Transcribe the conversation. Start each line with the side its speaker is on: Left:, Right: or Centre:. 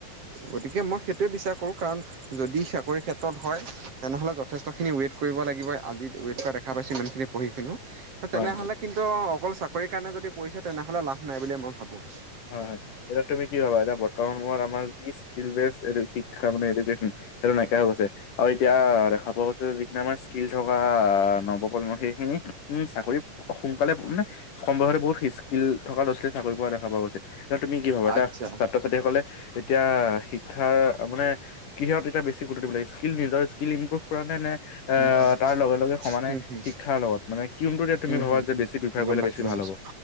Right: গতিকে মই সেইটোৱে বিশ্বাস কৰোঁ কাৰণ যদি চাকৰি ক্ষেত্ৰত হয় তেনেহ'লে যথেষ্টখিনি ৱেট কৰিব লাগিব আজি ৱেট কৰা দেখা পাইছো মানে পঢ়ি শুনো
Left: হয়
Right: তেনেহ'লে কিন্তু অকল চাকৰিৰ কাৰণে যদি পঢ়িছে তেনেহলে লাভ নাই বুলি মই ভাবো।
Left: হয় -হয় এতিয়া তুমি কি ভাবা এতিয়া বৰ্তমান সময়ত আমাৰ এই স্কিল বেচ শিক্ষা মানে এডুকেশ্বন সেইটো নাইকিয়া হৈ গৈছে। অ', এতিয়া দেখা পোৱা গৈছে যে যিখিনি আমাৰ স্কিল থকা নৱ-প্ৰজন্ম সেইখিনি উম, চাকৰি সোনকালে মানে কম বয়সতে বহুত স্কি-স্কিল থকা ল'ৰা-ছোৱালীয়ে চাকৰি পোৱা দেখা পোৱা গৈছে। এতিয়া তুমি কি ভাবা, এতিয়া
Right: আচ্ছা,
Left: ছাত্ৰ ছাত্ৰীসকলে এতিয়া শিক্ষাৰ মানে কিহত এতিয়া বেছি গুৰুত্ব দিব লাগে। স্কিল নিজৰ স্কীল ইম্প্ৰুভ কৰা নে-নে এ
Right: উম, হম।
Left: তাৰ লগে-লগে সমানে
Right: উম, হম,
Left: শিক্ষাৰ লগত। মানে কিউনটোতে তুমি
Right: উম,
Left: ভাবাযে
Right: হম, হম,
Left: বেছি প্ৰিফাৰ
Right: গম
Left: কৰিলে
Right: পাইছোঁ,
Left: বেছি
Right: গম
Left: ভাল
Right: পাইছোঁ।
Left: হ'ব।